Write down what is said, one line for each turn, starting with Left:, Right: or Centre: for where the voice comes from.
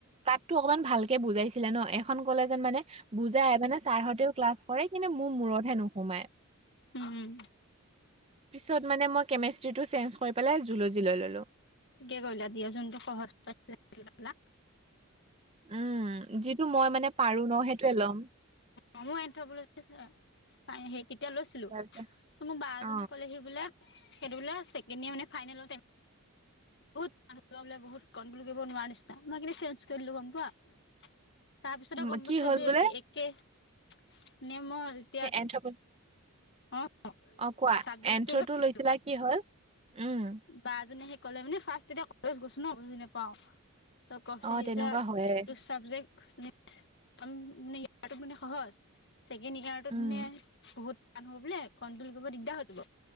Right: তাতটো অকমান ভালকে বুজাইছিলে ন এখন কলেজত মানে বুজ যায় মানে ছাৰহতেও ক্লাছ কৰে কিন্তু মোৰ মূৰতহে নোসোমায়।
Left: উম
Right: পিছত মানে মই কেমেষ্ট্ৰিটো চেঞ্জ কৰি পেলাই জুলজি লৈ ললোঁ।
Left: ঠিকে কৰিলা দিয়া যোনটো সহজ পাইছিলা সেইটো ল'লা।
Right: উম যিটো মই মানে পাৰো ন সেইটোৱে ল'ম।
Left: অ', মই এনথপলজি চাই চাই সেই তেতিয়া লৈছিলো।
Right: তাৰপিছত
Left: তাৰ পাছত মোক বা
Right: অ',
Left: এজনিয়ে ক'লে হি বোলে সেইটো বোলে ছেকেণ্ডয়েৰ মানে ফাইনেলতেই এ বহুত <unintelligible> বোলে বহুত কণ্ট্ৰল কৰিব নোৱাৰা নিচিনা মই সেকাৰণে চেঞ্জ কৰিদিলো গম পোৱা। তাৰপিছতে
Right: ম-
Left: গম
Right: কি
Left: পাইছোঁ
Right: হ'ল
Left: এইটো
Right: বোলে
Left: একে <unintelligible> এতিয়া
Right: <unintelligible>
Left: অ
Right: অ', কোৱা,
Left: চাবজেক্টটো
Right: এন্থ্ৰ'টো
Left: লৈছিলো
Right: লৈছিলা কি হ'ল? উম,
Left: বা এজনী আহি ক'লে মানে ফাৰ্ষ্ট তেতিয়া কলেজ গৈছো ন বুজি নাপাও। চ' কৈছে
Right: অ',
Left: হি
Right: তেনেকুৱা
Left: যে
Right: হয়ে
Left: এইটো স্ক চাবজেক্ট <unintelligible> মানে সহজ। ছেকেণ্ড ইয়াৰটোত
Right: উম,
Left: টো মানে বহুত টান হব বোলে কন্টোল কৰিব দিগদাৰ হৈ যাব